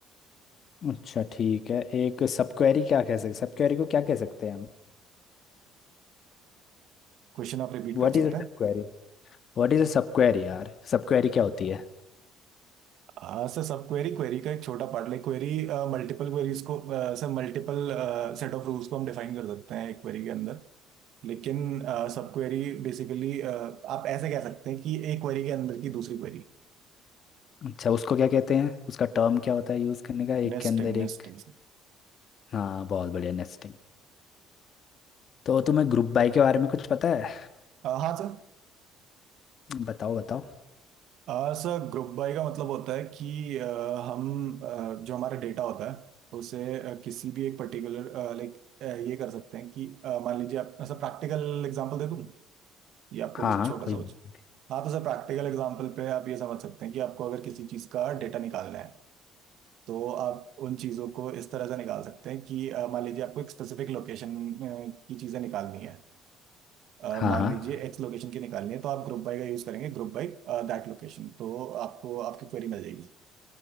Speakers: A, on the left (about 40°); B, on the right (about 60°).
A: अच्छा ठीक है एक सब क्वेरी क्या कह सकते सब क्वेरी को क्या कह सकते हैं हम
B: क्वेश्चन आप रिपीट
A: What
B: कर सकते
A: is a
B: हैं
A: subquery what is a subquery यार सब क्वेरी क्या होती है
B: हाँ सर सब क्वेरी क्वेरी का एक छोटा part like query multiple queries को अ, sir multiple set of rules को हम डिफाइन कर सकते हैं एक क्वेरी के अंदर लेकिन सब क्वेरी बेसिकली आप ऐसे कह सकते हैं कि एक क्वेरी के अंदर की दूसरी क्वेरी
A: अच्छा उसको क्या कहते हैं उसका टर्म क्या होता है यूज़ करने का एक
B: Nesting
A: के अंदर एक
B: nesting
A: हाँ बहुत बढ़िया नेस्टिंग तो तुम्हें ग्रुप बाय के बारे में कुछ पता है
B: हाँ सर
A: बताओ बताओ
B: अ, सर ग्रुप बाय का मतलब होता है कि अ, हम अ, जो हमारा डेटा होता है उसे अ, किसी भी एक पर्टिकुलर लाइक ये कर सकते हैं कि अ, मान लीजिए आप ऐसा प्रैक्टिकल एग्जांपल दे दूं ये आपको
A: हाँ
B: बस
A: हाँ
B: छोटा
A: कोई
B: सा बच-
A: बात-
B: हाँ तो सर प्रैक्टिकल एग्जांपल पे आप ये समझ सकते हैं कि आपको अगर किसी चीज़ का डेटा निकालना है तो आप उन चीज़ों को इस तरह से निकाल सकते हैं कि अ, मान लीजिए आपको एक स्पेसिफिक लोकेशन की चीज़ें निकालनी है अ,
A: हाँ
B: मान
A: हाँ
B: लीजिए एक्स लोकेशन की निकालनी है तो आप ग्रुप बाय का यूज़ करेंगे ग्रुप बाय दैट लोकेशन तो आपको आपकी क्वेरी मिल जाएगी